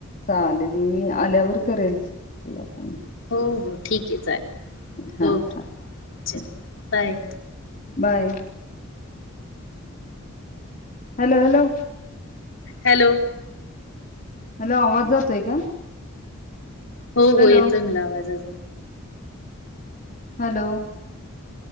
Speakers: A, on the left; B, on the left.
A: चालेल मी आल्यावर करेल तुला फोन
B: हो हो ठीक आहे चालेल
A: हा
B: ओके चल
A: हा
B: bye
A: bye hello hello
B: hello
A: मला आवाज जातोय का
B: हो
A: हॅलो
B: हो येतोय मला आवाज अजून
A: हॅलो